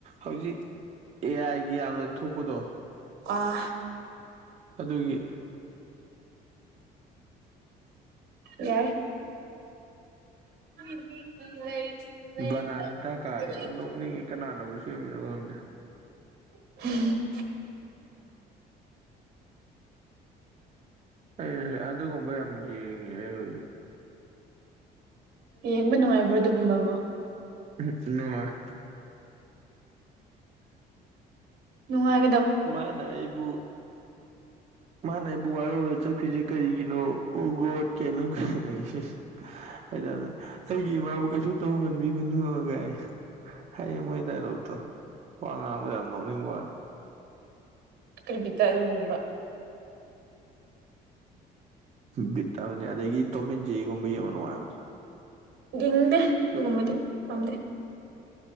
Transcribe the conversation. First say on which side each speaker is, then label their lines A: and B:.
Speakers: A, on the right; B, on the right.
A: ꯍꯧꯖꯤꯛ ꯑꯦ ꯑꯥꯏꯒꯤ ꯌꯥꯝꯅ ꯊꯣꯛꯄꯗꯣ
B: ꯑꯥ
A: ꯑꯗꯨꯒꯤ
B: ꯌꯥꯏ <unintelligible>
A: ꯕꯅꯥꯅꯤꯇꯥ ꯀꯥꯏꯌꯦꯕ ꯅꯣꯛꯅꯤꯡꯉꯤ ꯀꯅꯥꯅꯕꯨ ꯁꯦꯡꯃꯤꯅꯣ ꯈꯪꯗꯦ
B: <unintelligible>
A: <inaudible> ꯑꯦ ꯑꯗꯨꯒꯨꯝꯕ ꯌꯦꯡꯉꯦ ꯑꯩ ꯍꯧꯖꯤꯛ
B: ꯌꯦꯡꯕ ꯅꯨꯡꯉꯥꯏꯕ꯭ꯔꯣ ꯑꯗꯨꯒꯨꯝꯕꯕꫭ
A: <unintelligible> ꯅꯨꯡꯉꯥꯏ
B: ꯅꯨꯡꯉꯥꯏ
A: ꯃꯥꯅ ꯑꯩꯕꯨ ꯃꯥꯅ ꯑꯩꯕꯨ ꯋꯥꯔꯧꯔ ꯆꯠꯈ꯭ꯔꯤꯁꯦ ꯀꯔꯤꯒꯤꯅꯣ ꯑꫭ ꯒꯣꯠ ꯀꯩꯅꯣ <unintelligible> <unintelligible> ꯑꯩꯒꯤ ꯏꯃꯥꯕꯨ ꯀꯩꯁꯨ ꯇꯧꯍꯟꯕꯤꯒꯅꯨ ꯒꯥꯏꯅ ꯍꯩꯌꯦ ꯃꯣꯏ ꯗꯥꯏꯂꯣꯛꯇꯣ ꯋꯥ ꯉꯥꯡꯕꯗ ꯌꯥꯝ ꯅꯣꯛꯅꯤꯡ ꯋꯥꯅꯦ
B: ꯀꯔꯤ ꯕꯤꯠꯇ ꯑꯗꯨꯒꯨꯝꯕ
A: ꯕꯤꯠ ꯑꯃꯅꯦ ꯑꯗꯒꯤ ꯇꯣꯃꯦꯟ ꯖꯦꯔꯤꯒꯨꯝꯕ ꯌꯦꯡꯉꫭ ꯅꯨꯡꯉꯥꯏꯕꯅꯦ
B: ꯌꯦꯡꯅꯤꯡꯗꯦ ꯑꯗꯨꯒꯨꯝꯕꯗꯤ ꯄꯥꯝꯗꯦ